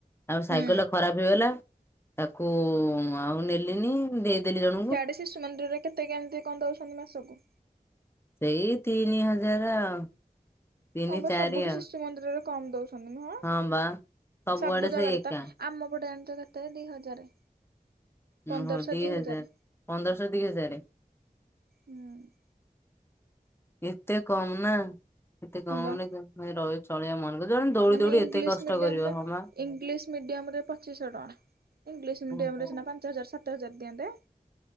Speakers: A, on the left; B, on the right.
A: ଆଉ
B: ହୁଁ।
A: ସାଇକଲ ଖରାପେ ହେଇଗଲା ତାଖୁଉଁ ଆଉ ନେଲିନି। ଉଁ ଦେଇଦେଲି ଜଣୁ
B: ସିଆଡ଼େ ଶିଶୁ ମନ୍ଦିରରେ କେତେ କେମିତି କଣ ଦଉଛନ୍ତି ମାସକୁ?
A: ସେଇ ତିଇନି ହଜାର ଆଉ। ତିନି
B: ହଁ ବା
A: ଚାରି
B: ସବୁଠି
A: ଆଉ
B: ଶିଶୁ ମନ୍ଦିରରେ କମ୍ ଦଉଛନ୍ତି ନୁହଁ
A: ହଁ ବା ସବୁଆଡେ
B: ସବୁ ଜାଗାରେ
A: ସେ ଏକା
B: ତା ଆମ ପଟେ ଆଣିଛ କେତେ ଦି ହଜାରେ।
A: ଉଁ
B: ପନ୍ଦରଶହ
A: ହୋ ଦି ହଜାର
B: ହଜାରେ।
A: ପନ୍ଦରଶହ ଦି ହଜାରେ।
B: ହୁଁ
A: ଏତେ କମ୍ ନା? ଏତେ
B: ହଁ
A: କମ୍
B: ବା।
A: ରେ କେମିତି ରହି ଚଳିବା ମନ କର ଜଣେ ଦୌଡି
B: ମାନେ
A: ଦୌଡି
B: ଇଂଲିଶ
A: ଏତେ କଷ୍ଟ
B: ମିଡିୟମ
A: କରିବ
B: ରେ
A: ହଁ ବା
B: ଇଂଲିଶ ମିଡିୟମ ରେ ପଚିଶହ ଟଙ୍କା। ଇଂଲିଶ ମିଡିୟମ୍
A: ଓହୋ
B: ରେ ସିନା ପାଞ୍ଚ ହଜାର, ସାତ ହଜାର ଦିଅନ୍ତେ?